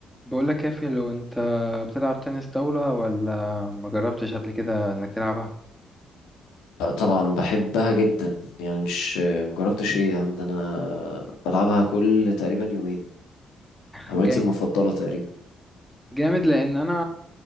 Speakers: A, in the centre; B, on the left.
A: بقول لك يا في لو انت بتلعب تنس طاولة ولا ما جربتش قبل كده انك تلعبها
B: لا طبعا بحبها جدا يعني مش مجربتش ايه يا عم ده انا بلعبها كل تقريبا يومين هوايتي
A: جامد
B: المفضلة تقريبا
A: جامد لان انا